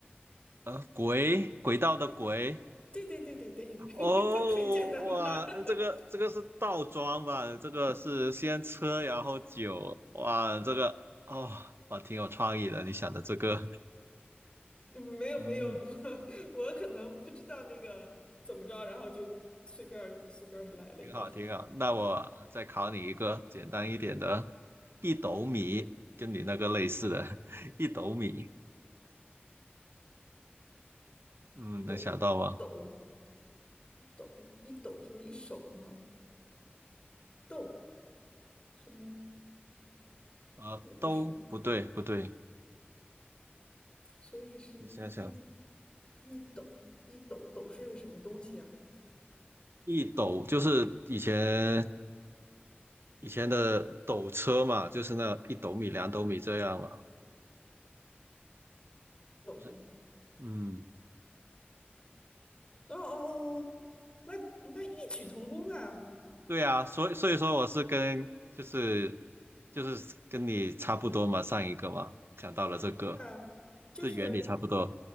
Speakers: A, on the right; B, on the left.
A: 呃轨轨道的轨
B: 对对对对对，
A: 哦哇，
B: <laughs> 很简单吧？
A: 这个这个是倒装吧？
B: <laughs>
A: 这个是先车然后酒哇，这个哦哇挺有创意的，你想的这个
B: <laughs> 嗯没有没有，
A: 嗯。
B: 我 <laughs> 我可能不知道那个怎么着，然后就随便儿随便儿来了一个
A: 挺好，挺好。那我再考你一个简单一点的，一斗米，跟你那个类似的，<laughs> 一斗米，嗯，能想到吗？
B: <laughs> 抖抖一抖一抖就是一手吗？抖是吗？
A: 啊，
B: 也不是，
A: 都不对，不对，
B: 所以是一
A: 你想想，
B: 一抖一抖抖是个什么东西啊？
A: 一斗就是以前以前的斗车嘛，就是那一斗米、两斗米这样嘛，
B: 抖
A: 就是嗯，
B: 哦哦哦，哦那那异曲同工啊
A: 对啊，所以所以说我是跟就是就是跟你差不多嘛，上一个嘛，讲到了这个，
B: 啊，就是
A: 这原理差不多。